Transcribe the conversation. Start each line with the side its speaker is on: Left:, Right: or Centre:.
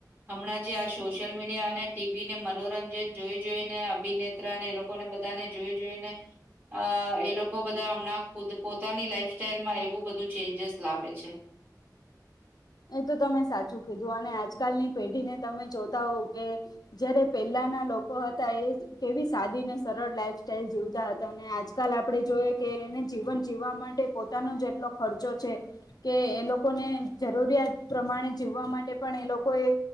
Right: હમણાં જે આ સોશિયલ મીડિયા અને ટીવીને મનોરંજન જોઈ-જોઈને અભિનેત્રાને એ લોકોને બધાને જોઈ-જોઈને અ એ લોકો બધા હમણાં ખુદ પોતાની લાઈફ સ્ટાઈલમાં એવું બધું ચેન્જિસ લાવે છે. <inaudible>
Left: એ તો તમે સાચું કીધું અને આજકાલની પેઢીને તમે જોતા હો કે જયારે પેલા ના લોકો હતા. એ કેવી સાદી ને સરળ લાઈફ સ્ટાઈલ જીવતા હતા. અને આજકાલ આપડે જોઈએ કે એ એને જીવન જીવવા માટે પોતાનો જ એટલો ખર્ચો છે કે એ લોકોને જરૂરિયાત પ્રમાણે જીવવા માટે પણ એ લોકોએ